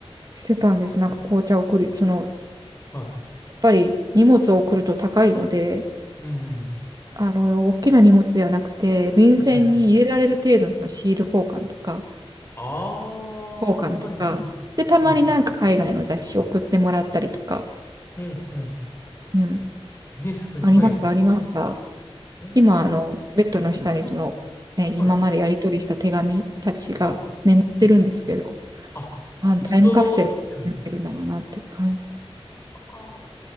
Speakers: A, on the right (about 40°); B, on the left (about 25°).
A: してたんです。なんか紅茶を送る、その、
B: はい。
A: やっぱり荷物を送ると高いので、
B: うん、うん。
A: あの、大きな荷物ではなくて、便箋に入れられる程度のシール交換とか、
B: はい。ああ、
A: 交換とか、
B: はい、はい。
A: で、たまになんか海外の雑誌を送ってもらったりとか、
B: はい。うん、うん。
A: うん、
B: え、すごい。
A: ありました、ありました。
B: えー、
A: 今、あの、ベッドの下にその、
B: はい、
A: ね、今までやり取りした手紙たちが眠ってるんですけど、
B: はい、うんはい。あ、
A: あのタイムカプセルみたいになってるんだろうなって。
B: ずっと撮ってあるんですね。
A: はい
B: あ